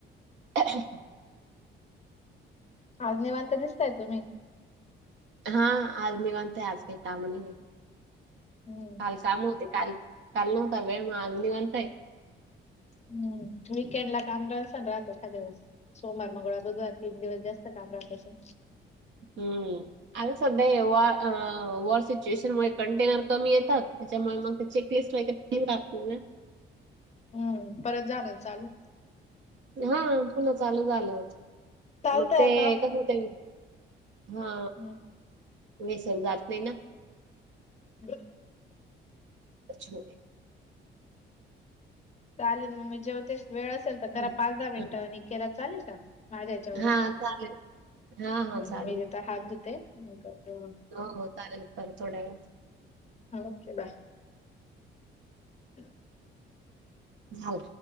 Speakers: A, on the right; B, on the left.
A: हच्छा
B: आज निवांत दिसताय तुम्ही
A: हा आज नीवांत आहे काय काम नाहीये
B: हम्म
A: काल काम होते काल, काल नव्हता वेळ मग आज निवांत हाय
B: हम् वीकेंड ला काम राहिलस ना राहत एखाद द वेळेस सोमवार, मंगळवार, बुधवार तीन दिवस जास्त काम राहत असलं
A: हम्म आ सध्या वॉ वॉर सिच्युएशन मुळे कंटेनर कमी येतात त्याच्यामुळे मग त्याचे एक टेस्ट वगैरे राहातते ना
B: हम्म परत जा ना चालू
A: हा पुन्हा चालू झालं
B: चालतंय
A: मग ते
B: आता.
A: कस होते हा
B: हम्म
A: विसर जात नाही ना
B: ह
A: अच्छा
B: चालेल मग मी जेव वेळ असेल तर करा
A: हं,
B: पाच दहा मिनिटं
A: हं.
B: आणि केला चालेल का माझ्या यच्यावरून
A: हां, चालेल. हां, हां,
B: ह
A: चालेल.
B: मी आता धुते करते मग
A: हो, हो चालेल कर थोड्या वेळात
B: ओके बाय <inaudible>
A: झाल